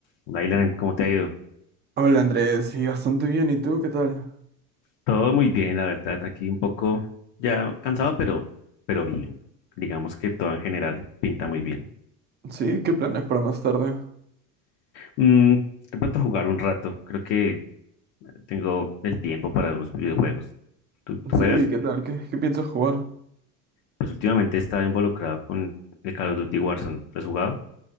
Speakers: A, on the left (about 55°); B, on the right (about 25°).
A: Lailan, ¿cómo te ha ido?
B: Hola Andrés, sí, bastante bien. ¿Y tú qué tal?
A: Todo muy bien, la verdad, aquí un poco ya cansado, pero, pero bien. Digamos que todo en general pinta muy bien.
B: Sí, ¿qué planes para más tarde?
A: Mm, de pronto jugar un rato, creo que tengo el tiempo para unos videojuegos. ¿Tú, tú
B: Sí,
A: juegas?
B: ¿qué Eh, tal? ¿Qué, qué piensas jugar?
A: Pues últimamente he estado involucrado con el Call of Duty Warzone. ¿Lo has jugado?